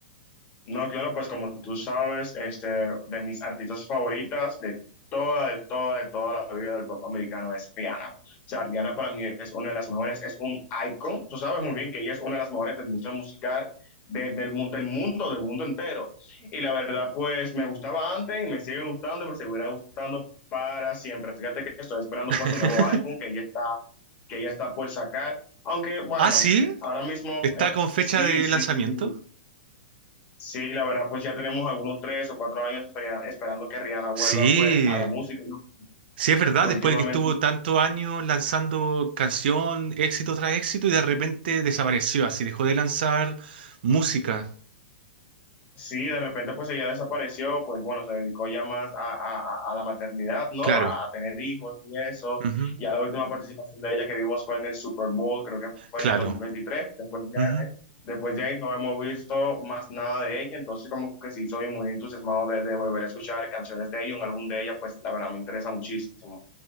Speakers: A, on the left; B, on the right.
A: No, claro, pues como tú sabes, este, de mis artistas favoritas de toda, de toda, de toda la vida del pop americano es Rihanna. O sea, Rihanna para mí es una de las mejores, es un icon. Tú sabes muy bien que ella es una de las mejores de la industria musical de- del, mu- del mundo, del mundo entero. Y la verdad, pues me gustaba antes y me sigue gustando y me seguirá gustando para siempre. Fíjate que estoy esperando
B: <laughs>
A: pues un nuevo álbum que ella está, que ella está por sacar. Aunque, bueno,
B: Ah, sí,
A: ahora mismo, eh,
B: está con fecha
A: sí,
B: de
A: sí,
B: lanzamiento.
A: sí. Sí, la verdad, pues ya tenemos algunos tres o cuatro años espera- esperando que Rihanna vuelva
B: Sí,
A: pues a la música, ¿no?
B: sí es verdad,
A: Últimamente,
B: después de que estuvo tantos años lanzando canción, éxito tras éxito, y de repente desapareció, así dejó de lanzar música.
A: sí, de repente pues ella desapareció, pues bueno, se dedicó ya más a, a- a- a la maternidad, ¿no?
B: Claro,
A: A, a tener hijos y eso.
B: ujú,
A: Ya la última participación de ella que vimos fue en el Super Bowl, creo que fue
B: claro.
A: en el dos mil veintitrés. Después ya,
B: ujú.
A: de- después de ahí no hemos visto más nada de ella, entonces como que sí, soy muy entusiasmado de, de volver a escuchar canciones de ella, un álbum de ella, pues la verdad me interesa muchísimo.